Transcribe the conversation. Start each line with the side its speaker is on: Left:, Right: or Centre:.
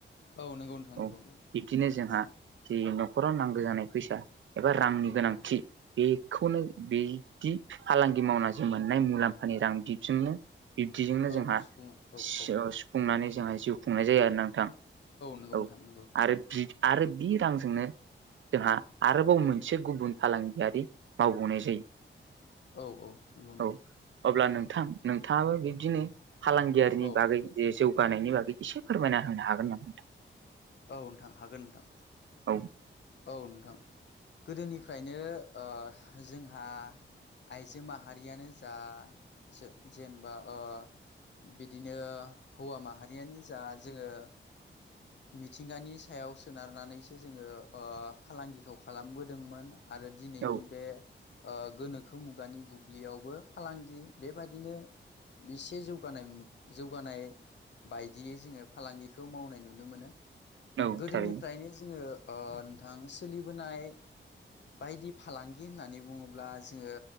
Left: औ नंगौ नोंथां
Right: औ
Left: नंगौ।
Right: बिब्दिनो जोंहा जे न'खराव नांगौ जानाय फैसा एबा रांनि गोनांथि बेखौनो बिदि फालांगि मावनानै जों मोननाय मुलाम्फानि रां बिदिनो बिब्दिजोंनो
Left: औ
Right: जोंहा
Left: सुफुङो औ
Right: सि
Left: औ
Right: अ खुंनानै जोंहा जिउ खुंनाय जायो आरो नोंथां
Left: नंगौ
Right: औ
Left: नोंथां नंगौ
Right: आरो दि आरो बि रांजोंनो जोंहा आरोबाव मोनसे गुबुन फालांगियारि मावबावनाय जायो।
Left: औ औ नंगौ नोंथां।
Right: औ अब्ला नोंथां नोंथाङाबो बिब्दिनो फालांगियारिनि
Left: औ
Right: बागै जे जौगानायनि बागै एसे फोरमायना होनो हागोन नामा नोंथां?
Left: औ नोंथां हागोन नोंथां।
Right: औ
Left: औ नोंथां गोदोनिफ्रायनो ओ जोंहा आइजो माहारियानो जा जो जेनेबा ओ बिदिनो हौवा माहारियानो जा जोङो मिथिंगानि सायाव सोनारनानैसो जोङो ओ फालांगिखौ खालामबोदोंमोन आरो दिनैनि
Right: औ
Left: बे ओ गोनोखो मुगानि बुब्लियावबो फालांगि बेबादिनो एसे जौगानाय मु जौगानाय। बायदियै जोङो फालांगिखौ मावनाय नुनो मोनो
Right: औ
Left: गोदोनिफ्रायनो
Right: थारैनो
Left: जोङो ओ नोंथां सोलिबोनाय बायदि फालांगि होननानै बुङोब्ला जोङो